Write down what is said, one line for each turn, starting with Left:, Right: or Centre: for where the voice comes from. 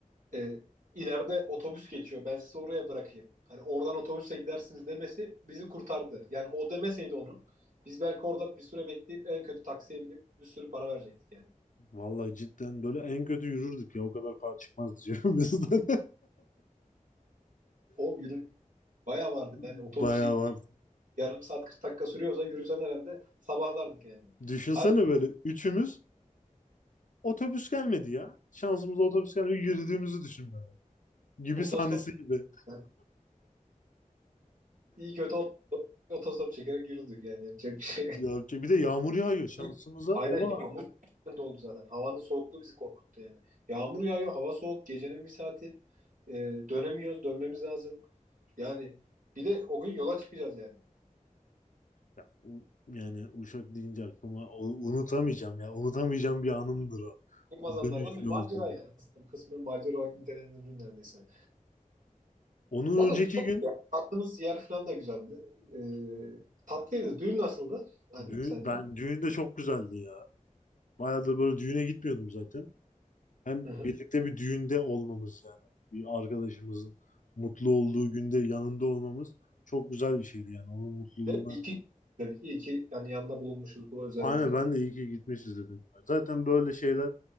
Right: e, ileride otobüs geçiyor ben sizi oraya bırakayım. Hani oradan otobüse gidersiniz demesi bizi kurtardı. Yani o demeseydi onu biz belki orada bir süre bekleyip en kötü taksiye binip bir sürü para verecektik yani.
Left: Vallahi cidden böyle en kötü yürürdük ya o kadar para çıkmaz diyorum bizden.
Right: O yürü bayağı vardı
Left: <laughs>
Right: yani otobüse
Left: Bayağı var.
Right: yarım saat 40 dakika sürüyorsa yürüsen herhalde sabahlardık yani.
Left: Düşünsene
Right: Hayır
Left: böyle üçümüz Otobüs gelmedi ya. Şansımıza otobüs gelmedi. Yürüdüğümüzü düşün böyle. Gibi
Right: otostop
Left: sahnesi gibi.
Right: yani iyi kötü ot- otostop çekerek yürüdük yani yapacak bir şey.
Left: Ya, bir de yağmur yağıyor. Şansımıza
Right: <laughs> Aynen
Left: o var.
Right: yağmur de oldu zaten. Havanın soğukluğu bizi korkuttu yani. Yağmur yağıyor, hava soğuk, gecenin bir saati. Ee, dönemiyoruz, dönmemiz lazım. Yani bir de o gün yola çıkacağız yani.
Left: Ya, u- yani Uşak deyince aklıma o- unutamayacağım ya. Unutamayacağım bir anımdır o.
Right: Olmaz
Left: O
Right: anlardan
Left: dönüşlü
Right: bir macera
Left: olduğu.
Right: yani. Aslında kısmen macera olarak nitelendirilir neredeyse.
Left: Onun
Right: Valla
Left: önceki
Right: güzeldi
Left: gün
Right: ya. Kaldığımız yer falan da güzeldi. Ee, tatlıydı. Düğün nasıldı? Hani
Left: düğün,
Right: sence?
Left: ben düğünde çok güzeldi ya. Bayağıdır böyle düğüne gitmiyordum zaten. Hem
Right: Hı hı.
Left: birlikte bir düğünde olmamız yani. Bir arkadaşımızın mutlu olduğu günde yanında olmamız çok güzel bir şeydi yani. Onun mutluluğuna
Right: Değil mi? İyi ki dedik. İyi ki yani yanına bulunmuşuz bu özel
Left: Aynen
Right: günde
Left: ben
Right: dedik.
Left: de iyi ki gitmişiz dedim. Zaten böyle şeyler